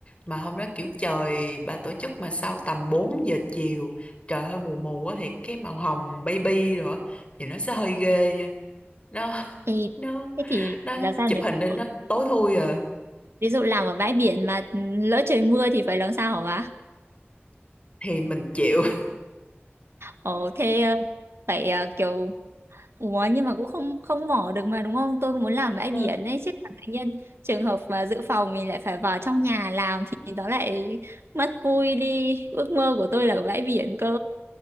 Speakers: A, on the left; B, on the right.
A: mà hôm đó kiểu trời bà tổ chức mà sau tầm bốn giờ chiều trời hơi mù mù á thì cái màu hồng baby rồi á thì nó sẽ hơi ghê nha nó
B: Ê,
A: nó
B: thế thì
A: nó
B: làm sao
A: chụp
B: nhỉ?
A: hình
B: Ví
A: lên
B: dụ
A: nó tối thui à
B: ví dụ làm ở bãi biển mà ừ, lỡ trời mưa thì phải làm sao hả bà?
A: thì mình chịu
B: Ồ, thế ờ, phải ờ, kiểu Ủa nhưng mà cũng không không mỏ được mà đúng không? Tôi cũng muốn làm bãi biển
A: Ừ.
B: ấy chứ là tự nhiên trường hợp mà dự phòng mình lại phải vào trong nhà làm thì nó lại mất vui đi. Ước mơ của tôi là ở bãi biển cơ.